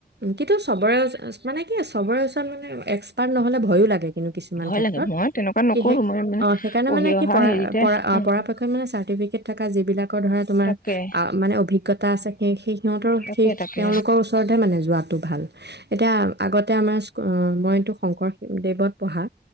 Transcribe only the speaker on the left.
ভয়
লাগে মই তেনেকুৱা নকৰো
মই মানে
পঢ়ি
অহা
হেৰিতে
উম
তাকে
তাকে
তাকে